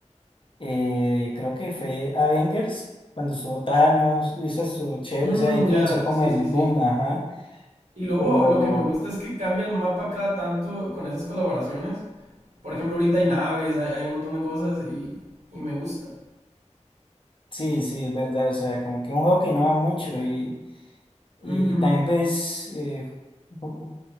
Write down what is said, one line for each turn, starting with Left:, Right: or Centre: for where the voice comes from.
Left: Eh, creo que fue Avengers, cuando estuvo Thanos, y eso estuvo chévere,
Right: mm,
Left: o sea, ahí comenzó
Right: ya,
Left: como
Right: sí,
Left: el
Right: sí,
Left: boom,
Right: sí.
Left: ajá.
Right: Y luego
Left: O
Right: lo que me gusta es que cambia el mapa cada tanto con esas colaboraciones. Por ejemplo, ahorita hay naves, hay, hay un montón de cosas y, y me gusta.
Left: sí, sí, es verdad, o sea, como que un juego que innova mucho y, y
Right: Ujú.
Left: también pues eh, ju-